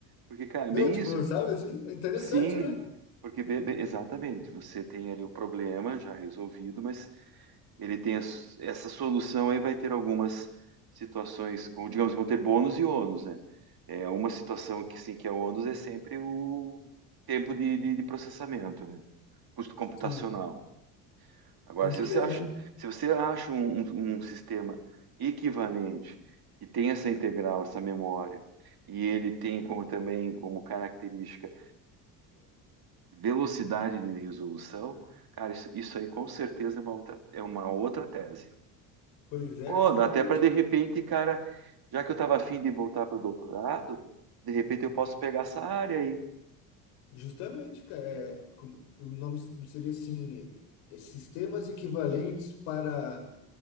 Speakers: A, on the right; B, on the left.
A: Porque, cara, é
B: Não,
A: bem
B: tipo,
A: isso
B: sabe assim? É interessante,
A: Sim,
B: né?
A: porque be- be- exatamente, você tem ali o problema já resolvido, mas ele tem as- essa solução aí vai ter algumas situações com, digamos, vão ter bônus e ônus, né? É uma situação que sim que é ônus é sempre o tempo de, de, de processamento, né? Custo computacional.
B: Sim,
A: Agora,
B: tem
A: se
B: que ver,
A: você acha,
B: né?
A: se você acha um, um, um sistema equivalente que tem essa integral, essa memória, e ele tem como também como característica velocidade de resolução, cara, isso, isso aí com certeza é uma outra, é uma outra tese.
B: Pois é,
A: Ou
B: justamente,
A: dá até para de
B: né?
A: repente, cara, já que eu estava afim de voltar para o doutorado, de repente eu posso pegar essa área aí.
B: Justamente, cara, é, como- o nome seria assim, é, sistemas equivalentes para